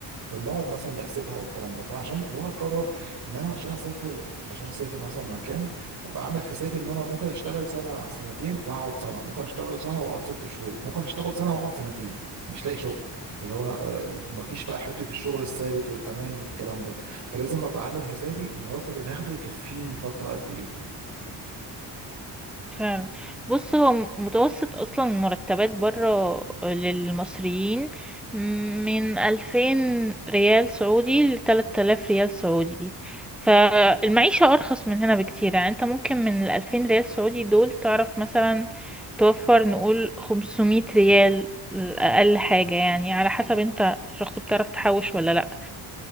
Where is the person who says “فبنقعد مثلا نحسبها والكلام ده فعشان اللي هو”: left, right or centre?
Right